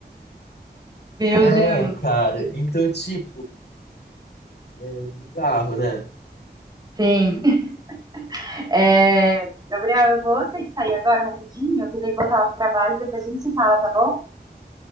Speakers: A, on the right; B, on the left.
A: meu
B: É,
A: Deus.
B: cara. Então, tipo, é bizarro, né?
A: Sim. <laughs> É, Gabriel, eu vou ter que sair agora rapidinho, que eu tenho que voltar pro trabalho, e depois a gente se fala, tá bom?